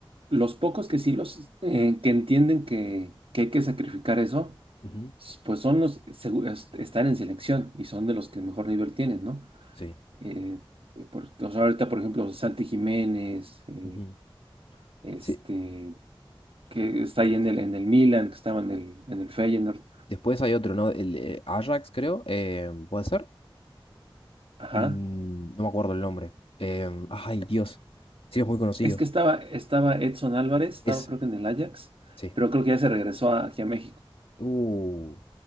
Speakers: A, on the right; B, on the left.
A: los pocos que sí los eh, que entienden que, que hay que sacrificar eso,
B: Ujú,
A: pues son los segu- est- están en selección y son de los que mejor nivel tienen, ¿no?
B: Sí.
A: eh, por, o sea, ahorita, por ejemplo, Santi Jiménez, eh,
B: ujú.
A: este,
B: Sí,
A: que está ahí en el, en el Milan, que estaba en el, en el Feyenoord.
B: Después hay otro, ¿no? El eh, Ajax, creo. eh, ¿puede ser?
A: Ajá.
B: Mm, no me acuerdo el nombre. Em, ay, Dios. Sí, es muy conocido.
A: Es que estaba, estaba Edson Álvarez, estaba
B: Ese,
A: creo que en el Ajax,
B: sí.
A: pero creo que ya se regresó a- aquí a México.
B: Uh,